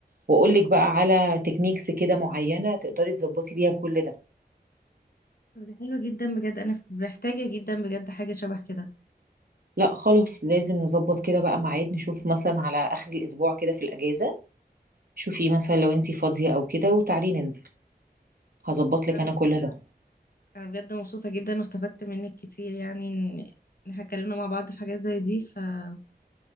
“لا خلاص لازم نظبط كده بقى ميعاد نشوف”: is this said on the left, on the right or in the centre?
Right